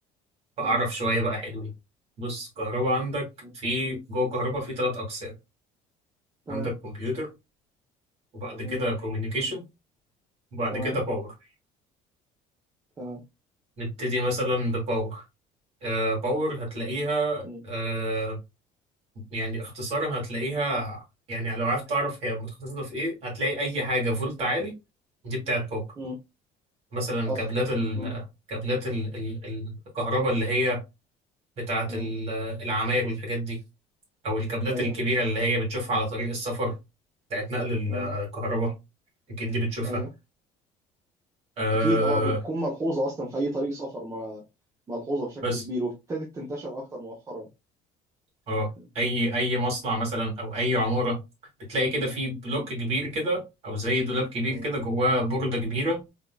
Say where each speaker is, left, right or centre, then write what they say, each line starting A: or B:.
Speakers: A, on the right; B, on the right.
A: فأعرف
B: مم.
A: شوية بقى حلوين بص كهرباء عندك
B: مم.
A: في جوه كهرباء في تلات أقسام
B: تمام
A: عندك كمبيوتر وبعد كده
B: مم.
A: كوميونيكيشن وبعد
B: تمام
A: كده باور
B: تمام
A: نبتدي مثلا بباور آه باور هتلاقيها
B: مم.
A: آه يعني اختصارا هتلاقيها يعني لو عرفت تعرف هي متخصصة في إيه هتلاقي أي حاجة فولت عالي دي بتاعت باور
B: مم.
A: مثلا
B: اصل
A: كابلات ال
B: مم.
A: كابلات ال ال ال- الكهرباء اللي هي بتاعة
B: مم.
A: ال- العماير والحاجات دي أو الكابلات
B: ايوه
A: الكبيرة اللي هي بتشوفها على طريق السفر بتاعت نقل
B: مم.
A: الكهرباء أكيد دي بتشوفها
B: ايوه
A: آه
B: اكيد اه بتكون ملحوظه اصلا في اي طريق سفر ما ملحوظه بشكل
A: بس
B: كبير وابتدت تنتشر اكتر مؤخرا
A: اه
B: مم.
A: أي أي مصنع مثلا أو أي عمارة بتلاقي كده في بلوك
B: مم.
A: كبير كده أو زي دولاب كبير
B: مم.
A: كده جواه بوردة كبيرة